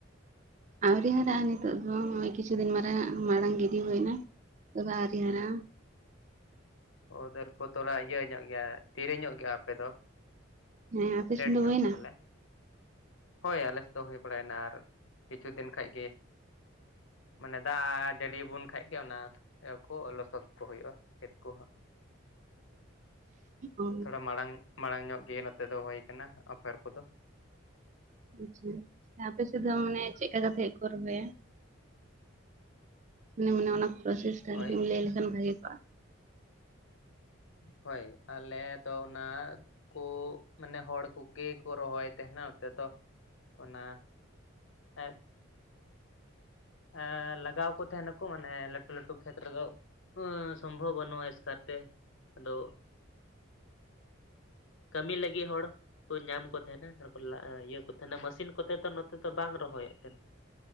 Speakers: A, on the right (about 35°); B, on the left (about 70°).
A: ᱟᱣᱨᱤ ᱦᱟᱨᱟᱜᱼᱟ᱾ ᱱᱤᱛᱚᱜ ᱫᱚ ᱱᱚᱜ ᱠᱤᱪᱷᱩ ᱫᱤᱱ ᱢᱟᱨᱟᱝ ᱢᱟᱲᱟᱝ ᱜᱤᱰᱤ ᱦᱩᱭ ᱱᱟ ᱛᱚ ᱵᱮ ᱟᱹᱣᱨᱤ ᱦᱟᱨᱟᱜᱼᱟ᱾
B: ᱚ ᱛᱟᱨᱯᱚᱨ ᱛᱚᱨᱟ ᱤᱭᱟᱹ ᱧᱚᱸᱜ ᱜᱮᱭᱟ᱾ ᱫᱮᱨᱤ ᱧᱚᱜ ᱜᱮᱭᱟ ᱟᱯᱮ ᱫᱚ?
A: ᱦᱮᱸ ᱟᱯᱮ
B: ᱞᱮᱴ
A: ᱥᱮᱱ ᱫᱚ
B: ᱧᱚᱸᱜ
A: ᱦᱩᱭᱱᱟ
B: ᱜᱮ ᱵᱚᱞᱮ᱾ ᱦᱳᱭ ᱟᱞᱮᱥ ᱫᱚ ᱦᱩᱭ ᱵᱟᱲᱟᱭ ᱮᱱᱟ ᱟᱨ ᱠᱤᱪᱷᱩ ᱫᱤᱱ ᱠᱷᱟᱡ ᱜᱮ ᱢᱟᱱᱮ ᱫᱟᱜ ᱡᱟᱹᱲᱤ ᱭᱟᱵᱚᱱ ᱠᱷᱟᱡ ᱜᱮ ᱚᱱᱟ ᱠᱚ ᱥᱚᱠᱛᱚ ᱦᱩᱭᱩᱜᱼᱟ ᱠᱷᱮᱛ ᱠᱚᱦᱚᱸ
A: ᱚ
B: ᱛᱷᱚᱲᱟ ᱢᱟᱲᱟᱝ ᱢᱟᱲᱟᱝ ᱧᱚᱸᱜ ᱜᱮ ᱱᱚᱛᱮ ᱫᱚ ᱦᱩᱭ ᱠᱟᱱᱟ ᱟᱯᱮᱨ ᱠᱚᱫᱚ᱾
A: ᱟᱪᱟ ᱟᱯᱮ ᱥᱮᱫ ᱫᱚ ᱢᱟᱱᱮ ᱪᱮᱫᱠᱟ ᱠᱟᱛᱮᱜ ᱠᱚ ᱨᱚᱦᱚᱭᱟ᱾ ᱢᱟᱱᱮ ᱢᱟᱱᱮ ᱚᱱᱟ ᱯᱨᱚᱥᱮᱥ ᱠᱟᱹᱢᱤ
B: ᱦᱳᱭ
A: ᱠᱚᱢ ᱞᱟᱹᱭ ᱞᱮᱠᱷᱟᱱ ᱵᱷᱟᱜᱮ ᱠᱚᱜᱼᱟ᱾
B: ᱦᱳᱭ ᱟᱞᱮ ᱫᱚ ᱚᱱᱟ ᱠᱩᱻ ᱢᱟᱱᱮ ᱦᱚᱲ ᱠᱚᱜᱮ ᱠᱚ ᱨᱚᱦᱚᱭ ᱛᱟᱸᱦᱮᱱᱟ ᱱᱚᱛᱮᱫᱚ ᱚᱱᱟ <unintelligible> ᱮᱸᱻ ᱞᱟᱜᱟᱣ ᱠᱚ ᱛᱟᱦᱮᱸᱱᱟᱠᱚ ᱢᱟᱱᱮ ᱞᱟᱹᱴᱩ ᱞᱟᱹᱴᱩ ᱠᱷᱮᱛ ᱨᱮᱫᱚ᱾ ᱥᱚᱢᱵᱷᱚᱵᱽ ᱵᱟᱹᱱᱩᱜᱼᱟ ᱮᱥᱠᱟᱨ ᱛᱮ ᱟᱫᱚ
A: <inaudible>
B: ᱠᱟᱹᱢᱤ ᱞᱟᱹᱜᱤᱫ ᱦᱚᱲ ᱠᱚ ᱧᱟᱢ ᱠᱚ ᱛᱟᱸᱦᱮ ᱱᱟ ᱟᱨᱠᱚ ᱠᱟ ᱤᱭᱟᱹ ᱠᱚ ᱛᱟᱦᱮᱱᱟ ᱢᱮᱥᱤᱸᱱ ᱠᱚᱛᱮ ᱫᱚ ᱱᱚᱛᱮ ᱫᱚ ᱵᱟᱝ ᱨᱚᱦᱚᱭᱚᱜ ᱛᱟᱦᱮᱫ᱾